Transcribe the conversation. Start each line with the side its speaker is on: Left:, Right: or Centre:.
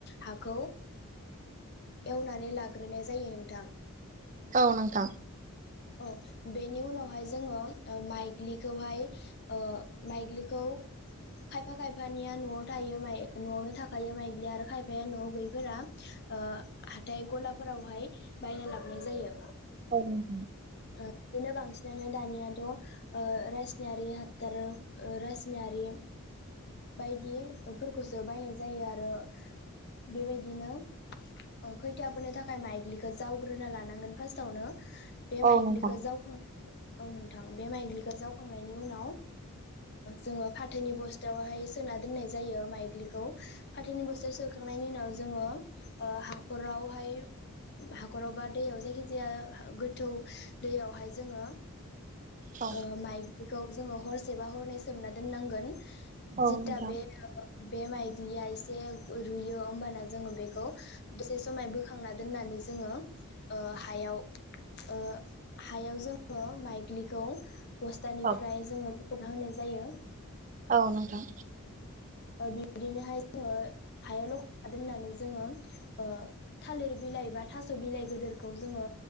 Left: हाखौ एवनानै लाग्रोनाय जायो नोंथां।
Right: औ नोंथां।
Left: अ बेनि उनाव हाय जोङो ओ माइग्लिखौहाय ओ माइग्लिखौ खायफा खायफानिया न'आव थायो माइ न'आवनो थाखायो माइग्लिया आरो खायफाया न'आव गैयैफोरा ओ हाथाय गलाफोरावहाय बायना लाबोनाय जायो
Right: <unintelligible>
Left: बेनो बांसिन <unintelligible> दानियाथ' ओ रासनारि हासार रासनारि बायदि फोरखौसो बायनाय जायो आरो। बेबायदिनो। अ खैथि फोरोनो थाखाय माइग्लिखौ जावग्रोना लानांगोन फार्स्टावनो बे
Right: औ
Left: माइग्लिखौ
Right: नोंथां
Left: जावखां। औ नोंथां बे माइग्लिखौ जावखांनायनि उनाव जोङो फा थैनि बस्थायावहाय सोना दोननाय जायो माइग्लिखौ। फाथोनि बस्थायाव सोखांनायनि उनाव जोङो ओ हाखरावहाय। हाखराव बा दैयाव जायखि जाया गोथौ दैयावहाय जोङो।
Right: औ
Left: ओ माइग्लिखौ जोङो हरसे बा हरनै सोमना दोननांगोन।
Right: औ
Left: जित्ता
Right: नोंथां
Left: बे बे माइग्लिया इसे रुयो होमबाना जोङो बेखौ दसे समाय बोखांना दोननानै जोङो ओ हायाव ओ हायाव जों माइग्लिखौ बस्तानिफ्राय
Right: औ
Left: जोङो बख'ना होनाय जायो।
Right: औ नोंथां
Left: ओ बिदिनोहाय जोङो हायाव लखबना दोननानै जोङो ओ थालिर बिलाइ बा थास' बिलाइ गोदोरखौ जोङो